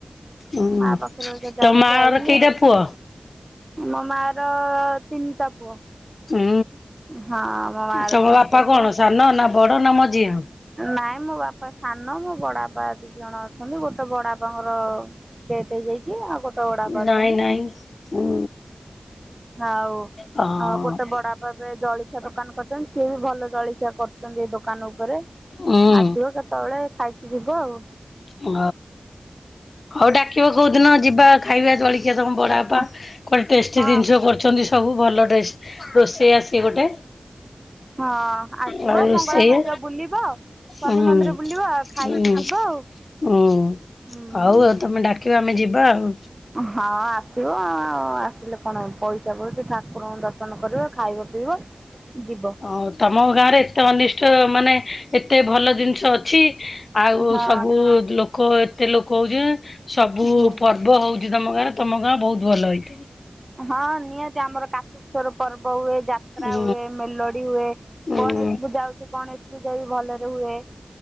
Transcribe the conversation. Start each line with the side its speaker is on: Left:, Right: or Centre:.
Left: ହୁଁ।
Right: ମା ପାଖରୁ ଆ
Left: ତମ
Right: ଯାଇକି
Left: ମା
Right: ଆଇଲି।
Left: ର କେଇଟା ପୁଅ?
Right: ମୋ ମା ର ତିନିଟା ପୁଅ।
Left: ହୁଁ।
Right: ହଁ ମୋ ମା ର
Left: ତମ
Right: ତିନିଟା
Left: ବାପା କଣ
Right: ପୁଅ
Left: ସାନ ନା ବଡ ନା ମଝିଆଁ?
Right: ନାଇଁ ମୋ ବାପା ସାନ ମୋ ବଡ ବାପ ଦି ଜଣ ଅଛନ୍ତି ଗୋଟେ ବଡ଼ାପା ଙ୍କର ଡେଥ ହେଇ ଯାଇଚି ଆଉ ଗୋଟେ ବଡାପା
Left: ନାଇଁ
Right: ଅଛନ୍ତି।
Left: ନାଇଁ ହୁଁ
Right: ଆଉ
Left: ହଁ
Right: ଗୋଟେ ବଡା ପା ଏବେ ଜଳିଖିଆ ଦୋକାନ କରଚନ୍ତି। ସିଏ ବି ଭଲ ଜଳଖିଆ କରୁଚନ୍ତି ଦୋକ କାନ ଉପରେ
Left: ହୁଁ
Right: ଆସିବ କେତେବେଳେ ଖାଇକି ଯିବ ଆଉ।
Left: ହଉ ହଉ ଡାକିବ କେଉଁ ଦିନ ଯିବା ଖାଇବା ଜଳିଖିଆ ତମ ବଡ଼ ବାପା
Right: ହଁ
Left: କୁଆଡେ ଟେଷ୍ଟି
Right: ହଁ
Left: ଜିନିଷ କରୁଚନ୍ତି ସବୁ ଭଲ ରୋଷେଇଆ ସିଏ ଗୋଟେ।
Right: ହଁ ଆସିବ
Left: ଆଉ ରୋଷେଇଆ
Right: ମଙ୍ଗଳା ମନ୍ଦିର ବୁଲିବ ଶନି
Left: ହୁଁ
Right: ମନ୍ଦିର ବୁଲିବ ଆଉ ଖାଇକି
Left: ହୁଁ
Right: ଯିବ। ଆଉ
Left: ହୁଁ
Right: ହୁଁ
Left: ହଉ ଆଉ ତମେ ଡାକିବା ଆମେ ଯିବା ଆଉ।
Right: ହଁ ଆସିବ ଆ ଆସିଲେ କଣ ପଇସା ପାଡୁଚି ଠା କୁରଙ୍କୁ ଦର୍ଶନ କରିବା ଖାଇବ ପିଇବ ଯିବ।
Left: ଆଉ ତମ ଗାଁରେ ଏତେ ଅନିଷ୍ଟ ମାନେ ଏତେ ଭଲ ଜିନିଷ ଅଛି ଆଉ
Right: ହଁ
Left: ସବୁ ଲୋକ ଏତେ ଲୋକ ହଉଚି ସବୁ
Right: ହଁ
Left: ପ ର୍ବ ହଉଚି ତମ ଗାଁ ତମ ଗାଁ ବହୁତ ଭଲ ହେଇଥା
Right: ହଁ ନିହାତି ଆମର କାର୍ତ୍ତିକଶ୍ୱର ପର୍ବ ହୁଏ ଯାତ୍ରା
Left: ଉଁ
Right: ହୁଏ ମେଲୋଡି ହୁଏ।
Left: ଉଁ
Right: ଗଣେଶ ପୂଜା ହଉଚି ଗଣେଶ ପୂଜା ବି ଭଲରେ ହୁଏ।